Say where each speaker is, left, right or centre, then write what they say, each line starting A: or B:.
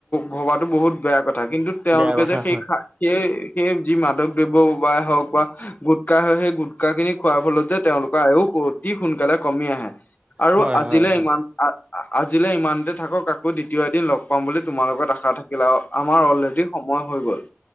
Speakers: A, on the left; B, on the right.
A: ভবাতো বহুত বেয়া কথা। কিন্তু তেওঁলোকে
B: বেয়া কথা
A: যে সেই
B: হয়
A: খা সেই, সেই যি মাদক দ্ৰব্যই হওঁক বা গোটকাই হওঁক সেই গোটকা খিনি খোৱাৰ ফলত যে তেওঁলোক লতাও <unintelligible> অতি সোনকালে কমি আহে। আৰু
B: হয়
A: আজিলৈ
B: হয় হয়
A: ইমান আ <unintelligible> আজিলে ইমানতে থাকক। আকৌ দ্বিতীয় এদিন লগ পাম বুলি তোমাৰ লগত আশা থাকিল আৰু আমাৰ অলৰেডি সময় হৈ গ'ল।